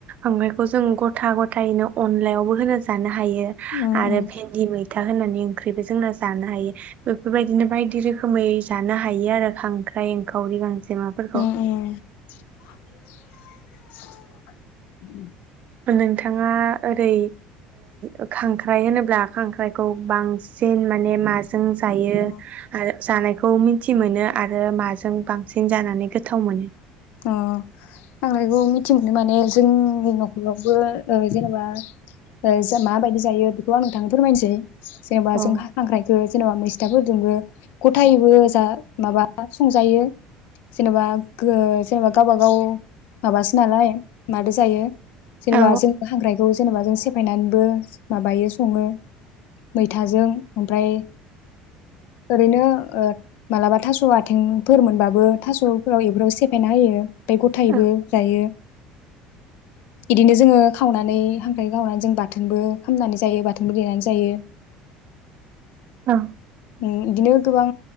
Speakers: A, on the right; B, on the left.
A: ओमायखौ जों गथा गथायैनो अनलायावबो होनो जानो फायो
B: उम
A: आरो
B: उम
A: भेन्दि बाय फिथा होनानै ओंख्रिबो जोंना जानो हायो बेफोरबायदिनो बायदि रोखोमै जानो हायो आरो खांख्राइ एंखावरि गांजे माबाफोरखौ
B: उम <unintelligible>
A: नोंथाङा ओरै ओ खांख्राइ होनोब्ला खांख्राइखौ बांसिन माने माजों जों जायो
B: अ
A: आरो जानायखौ मिथि मोनो आरो माजों बांसिन जानानै गोथाव मोनो?
B: अ आं बेखौ मिथि मोनो माने जोंनि न' नबो जेनेबा ओ जों माबायदि जायो बेखौ आं नोंथांनो फोरमायनोसै। जेनेबा
A: औ
B: जों खांख्रायखो जेनेबा मैस्थाफोरजोंबो गथायैबो जा माबा संजायो जेनेबा गो बा गाबा गाव माबासो नालाय मादो जायो? जेनेबा
A: औ
B: जों हांग्रायखौ जेनेबा जों सेफायनानैबो माबायो सङो मैथाजों ओमफ्राय ओरैनो मालाबा थास' आथिंफोर मोनबाबो थास'फोराव एफ्राव फायना होयो ओमफाय गथायबो
A: औ
B: जायो इदिनो जोङो खावनानै हांख्राय खावनानै जों बाथोनबो खालामामनानै जायो बाथोनबो देनानै जायो
A: आ
B: उम इदिनो गोबां